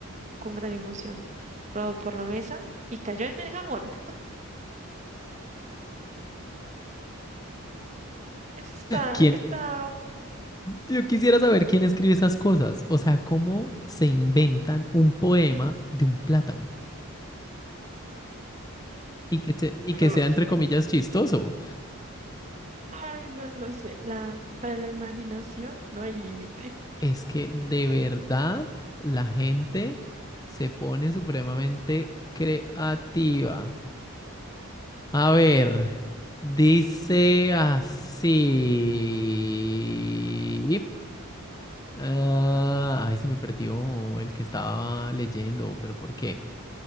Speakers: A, on the right; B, on the left.
A: con gran emoción, rodó por la mesa y cayó en el jamón. <laughs> Eso está,
B: ¿Quién
A: está...
B: Yo quisiera saber quién escribe esas cosas. O sea, cómo se inventan un poema de un plátano y que, te- y
A: No
B: que
A: lo
B: sea,
A: sé.
B: entre comillas, chistoso.
A: Ay, no lo sé. La, para la imaginación no hay límite.
B: Es que de verdad la gente se pone supremamente creativa. A ver, dice así. Ah, ay, se me perdió el que estaba leyendo, pero ¿por qué?